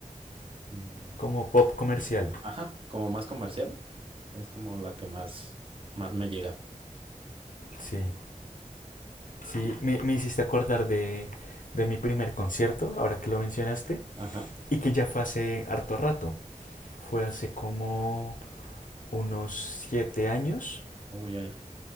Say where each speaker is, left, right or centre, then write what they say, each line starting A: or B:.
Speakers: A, on the right (about 40°); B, on the left (about 80°).
A: mm,
B: Como pop comercial.
A: ajá, como más comercial, es como la que más, más me llega.
B: Sí. Sí,
A: Y-
B: me, me hiciste acordar de, de mi primer concierto, ahora que lo mencionaste,
A: ajá,
B: y que ya fue hace harto rato. Fue hace como unos siete años
A: oh, ya, ya.